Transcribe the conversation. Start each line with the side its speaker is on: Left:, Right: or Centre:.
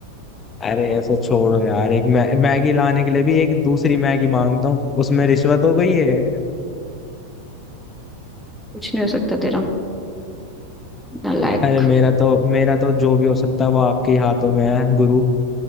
Left: अरे ऐसा छोड़ो यार एक मै मैगी लाने के लिए भी एक दूसरी मैगी मांगता हूँ उसमें रिश्वत हो गई है
Centre: कुछ नहीं हो सकता तेरा नालायक
Left: अरे मेरा तो मेरा तो जो भी हो सकता है वो आपके ही हाथों में है गुरु